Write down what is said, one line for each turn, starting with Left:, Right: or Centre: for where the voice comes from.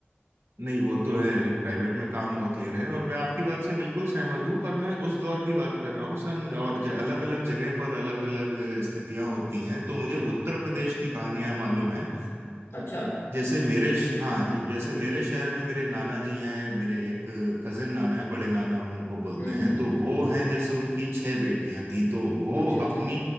Right: नहीं वो
Left: तो
Right: तो है अभी प्राइवेट में काम बहुत ले रहे हैं और मैं आपकी बात से बिल्कुल सहमत हूँ पर मैं उस दौर की बात कर रहा हूँ सन और ज, अलग अलग जगह पर अलग अलग स्थितियां होती हैं तो मुझे उत्तर प्रदेश की कहानियां मालूम है
Left: अच्छा
Right: जैसे मेरे श- हाँ जी जैसे मेरे शहर में मेरे नाना जी हैं मेरे एक कजिन नाना है बड़े नाना हम उनको बोलते
Left: हम्म
Right: हैं
Left: हम्म
Right: तो वो हैं जैसे उनकी छह बेटियां थीं तो वो
Left: अच्छा अच्छा
Right: अपनी